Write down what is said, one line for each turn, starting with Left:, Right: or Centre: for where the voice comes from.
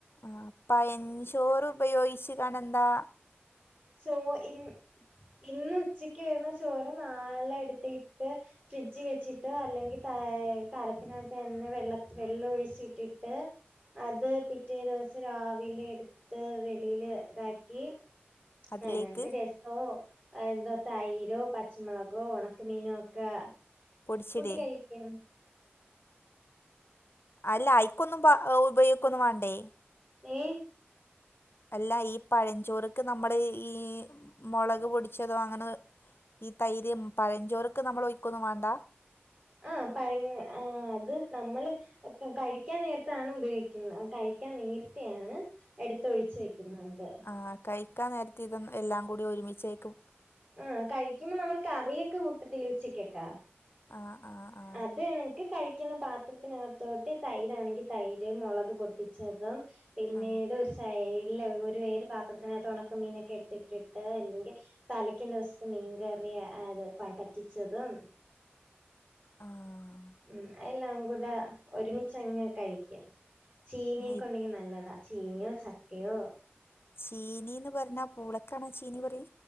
Left: ആ പയൻചോറ് ഉപയോഗിച്ചു കണ എന്താ
Right: ചോ ഇന് ഇന്ന് ഉച്ചക്ക് വരുന്ന ചോര് നാളെ എടുത്തിട്ട് ഫ്രിഡ്ജ് വെച്ചിട്ട് അല്ലെങ്കിൽ ത കലത്തിനകത്ത് തന്നെ വെള്ള വെള്ളം ഒഴിച്ചിട്ടിട്ട് അത് പിറ്റേ ദിവസം രാവിലെ എടുത്ത് വെളിൽ ഇതാക്കി
Left: അതിലേക്ക്
Right: അനത്ത് രസമോ എന്താ തൈരോ പച്ചമുളകോ ഉണക്ക മീനോ ഒക്കെ
Left: പൊടിച്ചിടേ
Right: കൂട്ടി കഴിക്ക
Left: അല്ല ഐക്കൊന്നും ഉപയോഗിക്കൊന്നും വേണ്ടേ
Right: ഏയ്
Left: അല്ല ഈ പഴഞ്ചോറക്ക് നമ്മുടെ ഈ മുളക് പൊടിച്ചതോ അങ്ങനെ ഈ തൈര്ം പഴഞ്ചോർക്ക് നമ്മൾ ഒഴക്കൊന്നു വാണ്ട
Right: ആ പഴ ആ അത് നമ്മള് കഴിക്കാൻ നേരത്താണ് ഉപയോഗിക്കുന്ന കഴിക്കാൻ നേരത്ത ആണ് എടുത്തൊഴിച്ചു വെക്കുന്നുണ്ട്
Left: ആഹ് കൈ ഒക്കാ നേരത്തെ ഇത എല്ലാം കൂടി ഒരുമിച്ചേക്കും
Right: ആഹ് കഴിക്കുമ്പോ നമ്മൾ കറിയൊക്കെ കൂട്ടത്തി ഉച്ചക്കൊക്കാ
Left: ആ ആ ആ
Right: അത് എനിക്ക് കഴിക്കുന്ന പാത്രത്തിനകത്തോട്ട് തൈരാ ആണെങ്കി തൈര് മുളക് പൊട്ട ച്ചതും പിന്നീട്
Left: ആ ആ
Right: ഒരു സൈഡ ഇല്ല ഒരു വേര് പാത്രത്തിനകത്ത് ഉണക്ക മീനൊക്കെ എടുത്തിട്ടിട്ട് അല്ലെങ്കിൽ തലയ്ക്കും ദിവസത്ത് മീൻ കറിയ അത് പറ്റിച്ചതും
Left: ആഹ്
Right: ഉം എല്ലാംകൂടെ ഒരുമിച്ചങ്ങ് കഴിക്കും ചീനിഒക്കെ
Left: ഇത്
Right: ഉണ്ടെങ്കി നല്ലതാ ചീനിയോ ചക്കയോ
Left: ചീനീന്ന് പറഞ്ഞാ പൂളക്കാണോ ചീനി പറ